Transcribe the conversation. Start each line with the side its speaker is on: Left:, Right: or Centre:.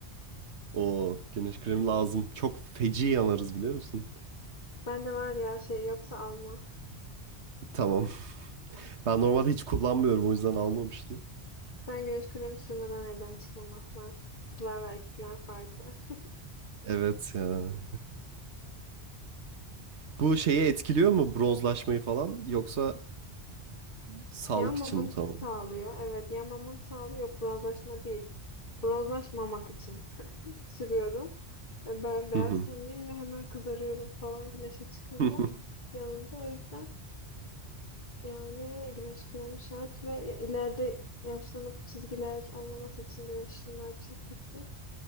Right: O güneş kremi lazım. Çok feci yanarız biliyor musun?
Left: Ben de var ya şey yoksa alma.
Right: Tamam. <laughs> Ben normalde hiç kullanmıyorum o yüzden almamıştım.
Left: Ben güneş kremi sürmeden evden çıkmam asla. Kızlar ve erkekler farkı. <laughs>
Right: Evet ya. Bu şeyi etkiliyor mu bronzlaşmayı falan yoksa Sağlık
Left: Yanmamanı
Right: için mi tamam?
Left: sağlıyor. Evet, yanmamanı sağlıyor. Yok bronzlaşma değil. Bronzlaşmamak için. sürüyorum. Yani Ben beyaz
Right: Hı hı.
Left: tenliyim ve hemen kızarıyorum falan güneşe çıkınca
Right: <laughs>
Left: yanınca. O yüzden yani güneş kremi şart ve ya- ileride yaşlanıp çizgiler olmaması için güneş ışınlar çizgisi.